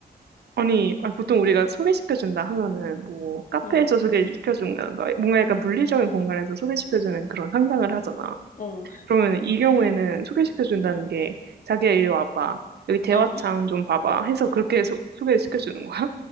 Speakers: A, on the right; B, on the left.
A: 아니, 아 보통 우리가 소개시켜준다 하면은 뭐 카페에서
B: 어,
A: 소개시켜준다던가 뭔가 약간 물리적인 공간에서 소개시켜주는 그런 상상을 하잖아.
B: 어,
A: 그러면 이 경우에는 소개시켜준다는 게 자기야 이리 와봐. 여기 대화창
B: 어.
A: 좀 봐봐 해서 그렇게 소, 소개를 시켜주는 거야?